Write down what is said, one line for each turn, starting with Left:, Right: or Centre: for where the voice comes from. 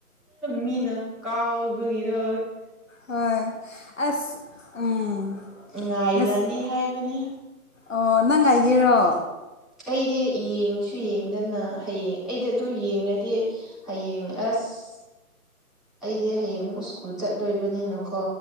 Centre: ꯃꯤꯅ ꯀꯥꯎꯕꯒꯤꯗꯣ
Left: ꯍꯣꯏ ꯑꯁ ꯎꯝ
Centre: ꯉꯥꯏꯔꯅꯤ
Left: ꯉꯁ
Centre: ꯍꯥꯏꯕꯅꯤ
Left: ꯑꯣ ꯅꯪ ꯉꯥꯏꯒꯦꯔꯣ
Centre: ꯑꯩꯗꯤ ꯌꯦꯡꯁꯨ ꯌꯦꯡꯗꯅ ꯍꯌꯦꯡ ꯑꯩꯗꯤ ꯑꯗꯨ ꯌꯦꯡꯉꯗꯤ ꯍꯌꯦꯡ ꯑꯁ ꯑꯩꯗꯤ ꯍꯌꯦꯡꯃꯨꯛ ꯏꯁꯀꯨꯜ ꯆꯠꯗꯣꯏꯕꯅꯤꯅꯀꯣ